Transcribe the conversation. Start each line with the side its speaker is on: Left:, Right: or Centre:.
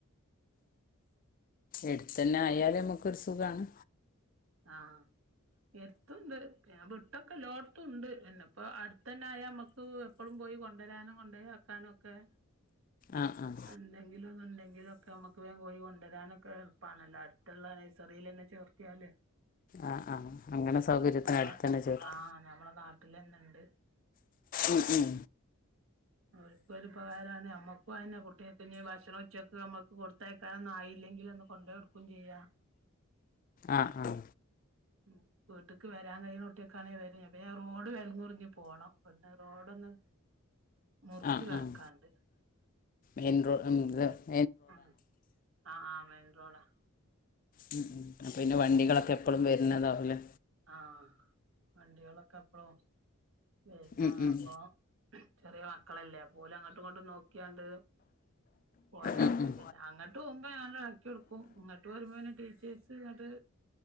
Left: എടുത്തന്നായ് യാൽ നമ്മക്കൊരു സുഖാണ്.
Right: ആഹ്. എര്ത്തൂണ്ട് പിന്നെ വിട്ടൊക്കെ എല്ലോട്ത്തുണ്ട്. പിന്നെ ഇപ്പൊ അടുത്തന്നായാ നമ്മക്ക് എപ്പളും പോയി കൊണ്ടരാനും കൊണ്ടോയാക്കാനൊക്കെ
Left: ആഹ് ആഹ്.
Right: എന്തെങ്കിലു ഒന്ന് ഇണ്ടെങ്കിലൊ ക്കെ നമ്മക്ക് വേം പോയി കൊണ്ടരാനൊക്കെ എളുപ്പാണല്ലോ അട്ത്ത്ള്ള നഴ്സറീലെന്നെ ചേർത്ത്യാല്.
Left: ആഹ് ആഹ്. അങ്ങനെ സൗകര്യത്തിന്
Right: നമ്മളെ
Left: അടുത്തന്നെ ചേർത്തി.
Right: ആഹ് നമ്മളെ നാട്ടിലന്നെണ്ട്
Left: ഉം ഉം
Right: അവര്ക്കൊരുപകാരാണ്. നമ്മക്കു അതന്നെ കുട്ട്യേക്കിഞ്ഞ് ഭക്ഷണം ഉച്ചക്ക് നമ്മക്ക് കൊട് ത്തയക്കാനൊന്നും ആയില്ലെങ്കിലൊന്ന് കൊണ്ടോയോട്ക്കും ചെയ്യാ.
Left: ആഹ് ആഹ്.
Right: ഉം. വീട്ട്ക്ക് വരാൻ കയ്യ്ണ കുട്ട്യേക്കാണെ വരേ. പിന്നെ റോഡ് വെലങ്ങുർഞ്ഞ് പോണം. ഇവട്ന്ന് റോഡൊന്ന് മുറിച്ച്
Left: ആഹ്
Right: കെടക്കാണ്ട്
Left: ആഹ് മെയിൻറോ മ്മ് <unintelligible>
Right: ഉം ആഹ് ആഹ് മെയിൻറോഡാ.
Left: ഉം ഉം. അപ്പൊപിന്നെ വണ്ടികളൊക്കെ എപ്പളും വര്നതാവൂല്ലെ.
Right: ആഹ് വണ്ടികളൊക്കെ എപ്പളും വര്നാണ്.
Left: ഉം ഉം
Right: അപ്പം ചെറിയ മക്കളല്ലേ അപ്പോ ഓലങ്ങട്ടും ഇങ്ങട്ടും നോക്കിയാണ്ട് പോരാൻ
Left: ഉം
Right: പേട്യല്ലെ.
Left: ഉം
Right: അങ്ങട്ടോവുമ്പം ഞാനടാ ക്ക്യൊടുക്കും. ഇങ്ങട്ട് വരുമ്പോ പിന്നെ ട്ടീച്ചേഴ്സ് ഇങ്ങട്ട്